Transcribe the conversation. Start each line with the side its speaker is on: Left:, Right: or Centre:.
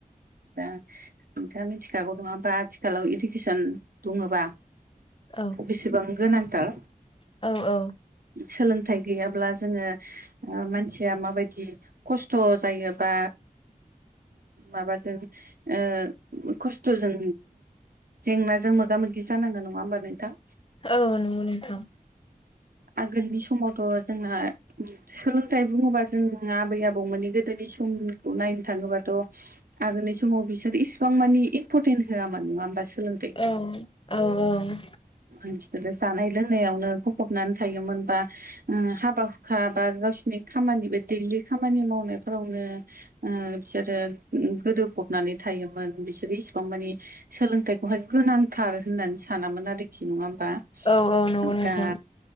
Right: दा नोंथांङा मिथिखागौ नंङा ओमबा आथिखालाव इडुकेसन बुंङोबा
Left: औ
Right: बेसेबां गोनांथार
Left: औ औ
Right: सोलोंथाइ गैयाब्ला जोंङो मानसिया माबायदि खस्थ' जायो बा माबा ओ खस्थ'जों जेंनाजों मोगा मोगि जानांगौ नंङा होमबा नोंथां
Left: औ नंगौ नोंथां
Right: आगोलनि समावथ' जोंना सोलोंथाइ बुंङोबा जों आबै आबौमोननि गोदोनि समखौ नायनो थांङोबाथ' आरो नै समाव बिसोर इसिबां मानि इम्पर्टेन्ट होआमोन नंङा होमबा सोलों-
Left: औ औ औ
Right: मानसिफोरजों जानाय लोंनाय नो गफबनानै थायोमोन बा हाबा हुखा बा गावसोरनि खामानिबो दैलि खामानि मावनायफोरावनो बिसोरो गोदोफबनानै थायोमोन बिसोरो इसिबां मानि सोलोंथाइखौहाय गोनांथार होननानै सानामोन आरोखि नंङा बा
Left: औ औ नंगौ
Right: आ
Left: नोंथां
Right: दा